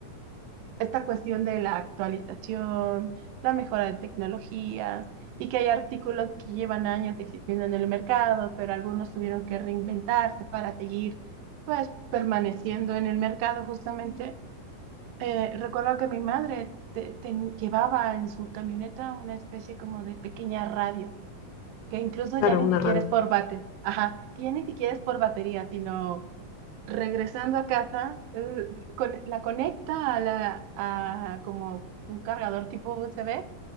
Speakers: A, on the right; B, on the left.
A: esta cuestión de la actualización, la mejora de tecnologías y que hay artículos que llevan años existiendo en el mercado, pero algunos tuvieron que reinventarse para seguir pues permaneciendo en el mercado justamente. Eh, recuerdo que mi madre te- ten- llevaba en su camioneta una especie como de pequeña radio, que incluso
B: Claro,
A: ya ni
B: una
A: siquiera
B: radio.
A: es por bate, ajá, que ya ni siquiera es por batería, sino regresando a casa, eh, con- la conecta a, la, a como un cargador tipo USB